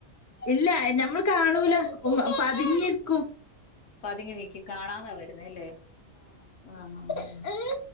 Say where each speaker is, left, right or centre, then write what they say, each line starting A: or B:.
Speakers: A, on the left (about 25°); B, on the left (about 75°).
A: ഇല്ല ഞമ്മള് കാണൂല പ്പം പതിങ്ങിരിക്കും
B: പതിങ്ങി നിക്കും കാണാതാ വരുന്നേ അല്ലേ ആ ആ
A: ആഹ്
B: ആ